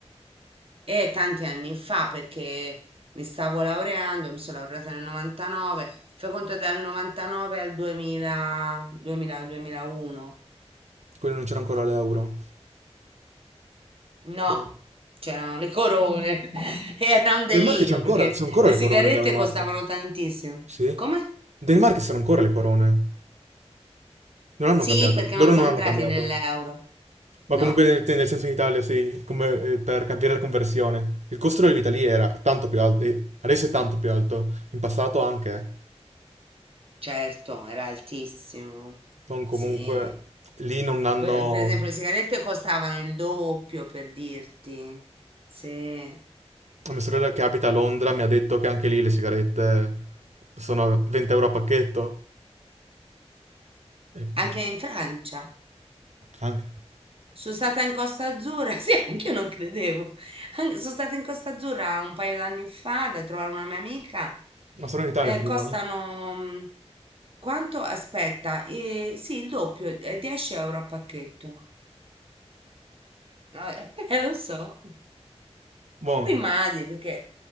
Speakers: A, on the right (about 55°); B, on the right (about 85°).
A: E tanti anni fa, perché mi stavo laureando, mi sono laureata nel 99, fai conto dal 99 al 2000, 2000, 2001.
B: Quindi non c'era ancora l'euro.
A: No,
B: Boh.
A: c'erano le corone. <laughs> Era un delirio
B: Danimarca c'è ancora,
A: perché
B: c'è ancora
A: le
B: le
A: sigarette
B: corone in Danimarca.
A: costavano tantissimo.
B: Sì? In
A: Come?
B: Danimarca ci sono ancora le corone. Non hanno
A: Sì,
B: cambiato.
A: perché non
B: Loro
A: sono
B: non hanno
A: entrati
B: cambiato.
A: nell'euro.
B: Ma
A: No,
B: comunque nel, nel senso in Italia sì, come eh, per cambiare la conversione. Il costo della vita lì era tanto più alto, e adesso è tanto più alto, in passato anche.
A: certo, era altissimo.
B: Sono comunque
A: Sì.
B: lì non hanno...
A: Que- Per esempio, le sigarette costavano il doppio, per dirti. Sì. Eh,
B: Mia sorella che abita a Londra mi ha detto che anche lì le sigarette sono 20 euro a pacchetto. E-
A: anche
B: mm,
A: in Francia.
B: Anche.
A: Sono stata in Costa Azzurra, <laughs> sì, anche io non credevo. An- sono stata in Costa Azzurra un paio d'anni fa da trovare una mia amica.
B: Ma solo in Italia
A: Eh,
B: fumano.
A: costano mm, quanto? Aspetta, eh, sì, il doppio, eh, 10 euro a pacchetto. Vabbè, <laughs> eh, lo so.
B: Buono.
A: Rimasi perché